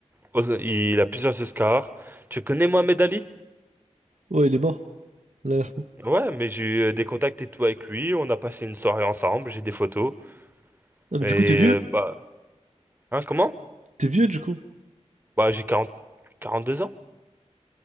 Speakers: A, on the right; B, on the right.
A: aux- il a plusieurs Oscars. Tu connais Mohamed Ali?
B: Ouais, il est mort. Là, Il a l'air mort.
A: Ouais, mais j'ai eu euh, des contacts et tout avec lui. On a passé une soirée ensemble. J'ai des photos.
B: Ah, mais
A: Et
B: du coup, t'es vieux?
A: euh, bah, hein, comment?
B: T'es vieux du coup?
A: Bah, j'ai quarante quarante deux ans.